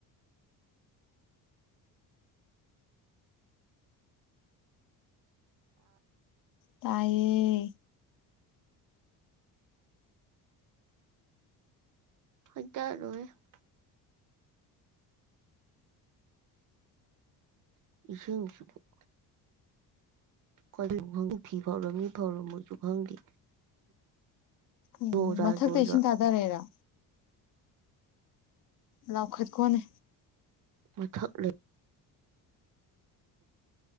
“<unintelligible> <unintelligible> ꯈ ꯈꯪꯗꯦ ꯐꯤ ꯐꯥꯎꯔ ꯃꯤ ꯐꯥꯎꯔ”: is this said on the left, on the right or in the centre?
Right